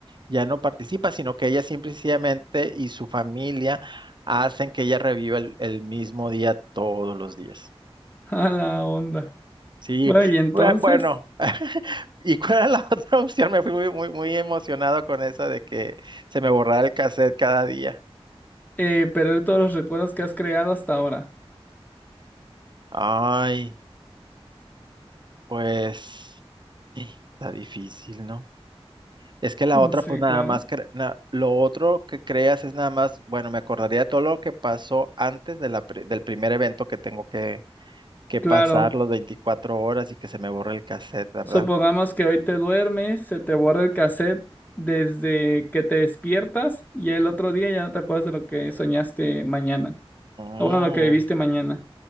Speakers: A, on the right (about 50°); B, on the left (about 15°).
A: ya no participa, sino que ella simple y sencillamente y su familia hacen que ella reviva el el mismo día todos los días.
B: A la onda.
A: Sí,
B: Bueno, y entonces,
A: bue- bueno, <laughs> ¿y cuál era la <laughs> otra opción? Me fui muy, muy, muy emocionado con esa de que se me borrara el cassette cada día.
B: eh, perder todos los recuerdos que has creado hasta ahora.
A: Ay, pues <sighs> está difícil, ¿no? Es que la
B: Mm,
A: otra,
B: Sí,
A: pues nada
B: claro.
A: más, cre- na- lo otro que creas es nada más, bueno, me acordaría todo lo que pasó antes de la pri- del primer evento que tengo que, que
B: Claro.
A: pasar los 24 horas y que se me borre el cassette, ¿verdad?
B: Supongamos que hoy te duermes, se te borra el cassette desde que te despiertas y el otro día ya no te acuerdas de lo que soñaste mañana.
A: Órale.
B: O bueno, lo que viviste mañana.